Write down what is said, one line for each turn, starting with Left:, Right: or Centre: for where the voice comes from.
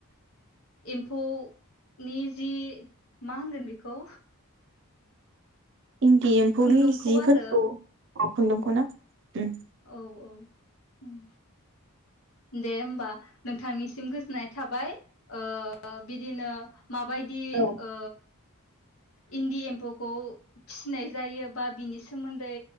Left: एम्फौनि जि मा होनगोन बेखौ
Right: इन्दि एम्फौनि
Left: खुन्दुंखौ
Right: जिफोरखौ
Left: आरो
Right: अ खुन्दुंखौ ना? ओम
Left: औ औ ओम दे होमबा नोंथांनिसिम गोजोननाय थाबाय ओ बिदिनो माबायदि
Right: औ
Left: ओ इन्दि एम्फौखौ फिसिनाय जायो बा बिनि सोमोन्दै